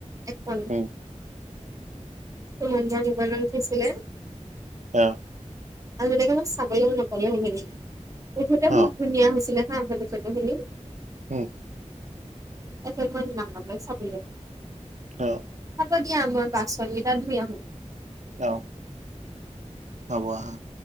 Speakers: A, on the right (about 25°); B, on the right (about 75°).
A: এখন
B: উম
A: তুম <unintelligible> মান মবালত উঠিছিলে
B: অ'।
A: আৰু এনেকে ম চাবলৈও <unintelligible> নপলে হনেকে উঠোতে বহুত
B: অ
A: ধুনীয়া হৈছিলে হা <unintelligible> হল চটো হেি
B: উম।
A: এফেল <unintelligible> ম নাম চাব
B: অ'।
A: হ'ব দিয়া, মই বাচনকিতা ধুই আহোঁ।
B: অ'। হ'ব <unintelligible>